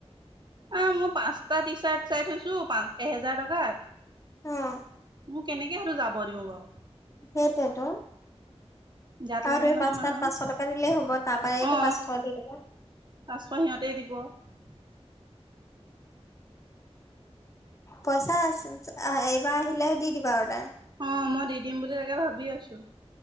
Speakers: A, on the right; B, on the left.
A: আ, মোৰ পাঁচটা টি চাৰ্ট চাই থৈছোঁ পাঁচ এহেজাৰ টকাত।
B: উম
A: মোক কেনেকে হেইটো যাব দিওঁ বাৰু।
B: সেইটোৱেতো
A: গাত লাগে
B: আৰু তুমি
A: নহয়
B: পাঁচটাত
A: মানুহৰ
B: পাঁচশ টকা দিলেই হ'ব, তাৰপাইতো
A: অ
B: পাঁচশ দি দিব।
A: পাঁচশ সিহঁতেই দিব। <inaudible>
B: পইচা আছে, এইবাৰ আহিলেহে দি দিবা অৰ্ডাৰ।
A: অ' মই দি দিম বুলি তাকে ভাবি আছোঁ।